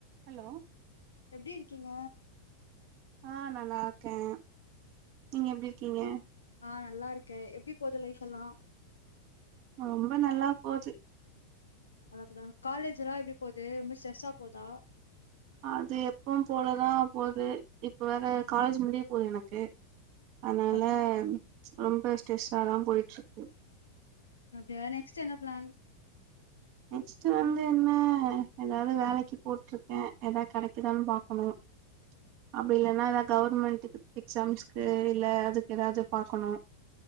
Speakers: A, on the right; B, on the left.
A: ஹலோ
B: எப்டி இருக்கீங்க
A: ஆ நா நல்லார்க்கே நீங்க எப்டி இருக்கீங்க
B: ஆ நல்லாருக்கே எப்டி போது லைஃப்ஃபெல்லா
A: ரொம்ப நல்லா போது
B: அத அப்டித்தா காலேஜிலா எப்டி போது ரொம்போ ஸ்ட்ரெஸ்ஸா போதா
A: அது எப்பவு போலதா போது இப்ப வேறே காலேஜ் முடிய போது எனக்கு அதனால
B: அப்டி
A: ரொம்போ ஸ்ட்ரெஸாதா போயிட்ருக்கு
B: அப்டியா நெக்ஸ்டு என்ன பிளான்
A: நெக்ஸ்ட் வந்து என்ன எதாவது வேலைக்கு போட்டிருக்கே எதா கெடைக்குதான்னு பாக்கணு அப்டி இல்லன்னா அதான் கவர்மெண்ட்டுக்கு எக்ஸாம்ஸ்க்கு இல்ல அதுக்கு எதாவது பாக்கணு